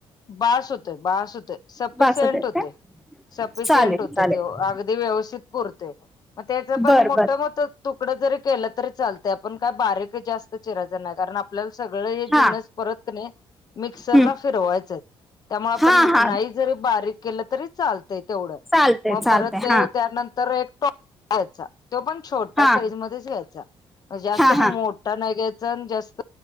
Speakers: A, on the left; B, in the centre.
A: बास होतं बास होतं. सफिशिंयट
B: बास होतोय
A: होतय
B: काय?
A: सफिशियंट
B: चालेल
A: होतय
B: चालेल
A: त्यो अगदी व्यवस्थित पुरतय. म त्याच पण
B: बर
A: मोठ
B: बर
A: मोठ तुकडं जरी केलं तरी चालतंय आपण काय बारीक जास्त चिरायच नाय कारण आपल्याला सगळ हे
B: हा
A: जिनस परत कनी मिक्सरला
B: हं.
A: फिरवायचंय. त्यामुळ आपण
B: हा हा
A: नाही जरी बारीक केलं तरी चालतय तेवढं
B: चालतंय
A: म
B: चालतंय
A: परत ते
B: हा
A: त्यानंतर एक टॉप घ्यायचा तो पण छोटा
B: हा
A: साईज मध्येच घ्यायचा. मं जास्त
B: हा
A: मोठ
B: हा
A: मोठा नाय घ्यायचा आणि जास्त